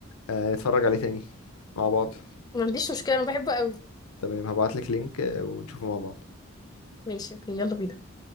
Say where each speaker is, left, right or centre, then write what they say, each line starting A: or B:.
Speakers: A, on the left; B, on the left.
A: آه، نتفرج عليه تاني مع بعض
B: ما عنديش مشكله انا بحبه قوي
A: تمام هبعتلك لينك آه، ونشوفه مع بعض
B: ماشي اوكي يلا بينا